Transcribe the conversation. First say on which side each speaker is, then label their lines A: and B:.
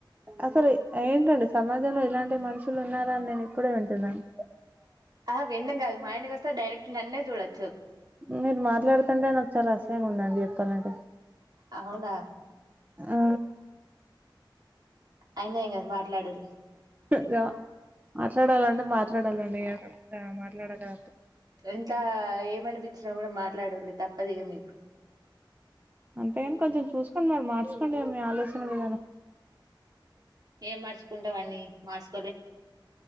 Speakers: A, on the right (about 20°); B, on the right (about 50°).
A: అసలు ఏంటండి సమాజంలో ఇలాంటి మనుషులు ఉన్నారా అని నేను ఇప్పుడే వింటున్నాను
B: ఆహ విండం కాదు మా ఇంటికి వస్తే డైరెక్ట్ నన్నే చూడొచ్చు
A: మీరు మాట్లాడుతుంటే నాకు చాలా అసహ్యంగా ఉందండి చెప్తా అన్న ఇది
B: అవునా
A: ఆ
B: అయిన ఏం కాద్ మాట్లాడురి
A: ద మాట్లాడాలంటే మా ట్లాడాలండి ఎ మట్లలాడగా
B: ఎంత ఏమనిపించిన కూడ మాట్లాడుల్లి తప్ తపదుగా మీకు
A: అంతేగని కొంచెం చూసుకోండి మరీ మార్చుకోండి మీ ఆలోచన విధానం
B: ఏం మార్చుకుంటవ్ మార్చు